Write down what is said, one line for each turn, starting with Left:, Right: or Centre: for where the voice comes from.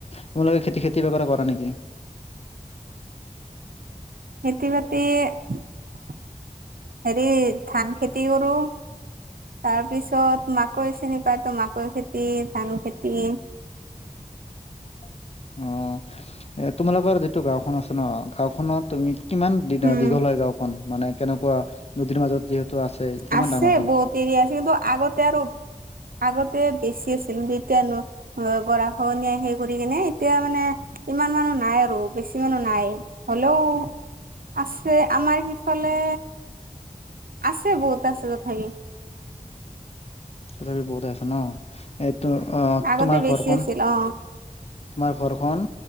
Left: তোমালোকে খেতি খেতি কিবা কৰা নেকি
Right: খেতি বাতি হেৰি ধান খেতি কৰো তাৰপিছত মাকৈ চিনি পায় তো মাকৈ খেতি ধান খেতি
Left: টো অ এ তোমালোকৰ যিটো গাঁওখন আছে ন গাঁওখনত তুমি কিমান
Right: উম
Left: দীঘল হয় গাঁওখন মানে কেনেকুৱা নদীৰ মাজত যিহেতু আছে কিমান
Right: আছে
Left: ডাঙৰ হয় এইটো?
Right: বহুত এৰি আছে কিন্তু আগতে আৰু আগতে বেছি আছে কিন্তু এতিয়া গৰা খহনীয়া সেই কৰি কিনে এতিয়া মানে ইমান মানুহ নাই আৰু বেছি কিছিমানো নাই হ'লেও আছে আমাৰ সিফালে আছে বহুত আছে তথাপি
Left: তথাপি বহুত আছে ন এইটো অ
Right: আগতে
Left: তোমাৰ
Right: বেছি
Left: ঘৰখন
Right: আছিল অ
Left: তোমাৰ ঘৰখন